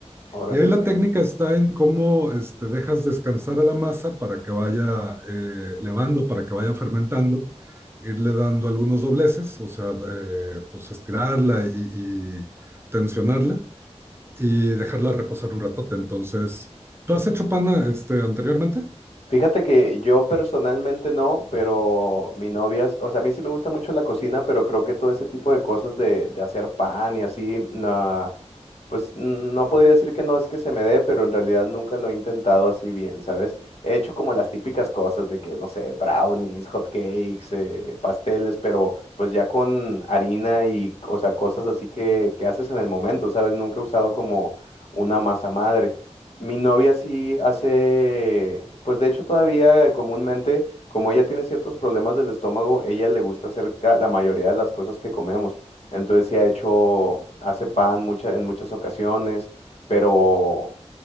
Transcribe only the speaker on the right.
Y ahí
la técnica está en cómo este, dejas descansar a la masa para que vaya eh, levando, para que vaya fermentando, irle dando algunos dobleces, o sea, eh, pues estirarla y, y tensionarla y dejarla reposar un ratote. Entonces, ¿tú has hecho pana este, anteriormente?